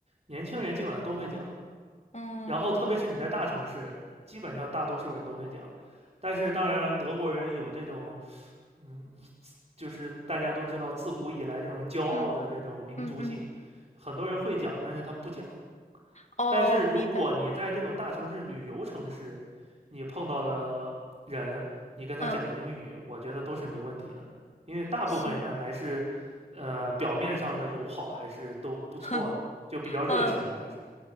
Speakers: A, on the right; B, on the left.
A: 年轻人基本上都会讲，
B: 嗯嗯
A: 然后特别是你在大城市，基本上大多数人都会讲。但是当然，德国人有这种，嗯，就是大家都知道，自古以来这种骄傲的这种民族性，
B: 嗯嗯嗯，
A: 很多人会讲，但是他不讲。
B: 哦，
A: 但是如果你在这种大城市、
B: 明白。
A: 旅游城市，你碰到的人，你跟他讲英语，
B: 嗯，
A: 我觉得都是没问题的，因为大部分人还是，
B: 行。
A: 呃，表面上的友好还是都不错呢，
B: <laughs>
A: 就比较热情的还是。
B: 嗯